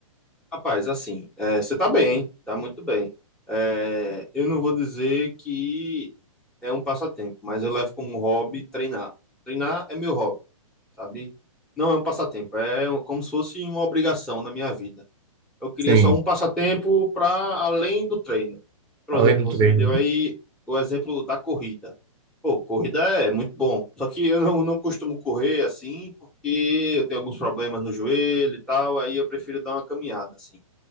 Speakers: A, in the centre; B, on the right.
A: Rapaz, assim, é, você tá bem, hein? Tá muito bem. É, eu não vou dizer que é um passatempo, mas eu levo como hobby treinar. Treinar é meu hobby, sabe? Não é um passatempo, é um- como se fosse uma obrigação na minha vida. Eu queria
B: Sim,
A: só um passatempo para além do treino. Por
B: além
A: exemplo,
B: do
A: você
B: treino.
A: me deu
B: né?
A: aí o exemplo da corrida. Pô, corrida é muito bom. Só que eu não, não costumo correr assim, porque eu tenho alguns problemas no joelho e tal, aí eu prefiro dar uma caminhada, assim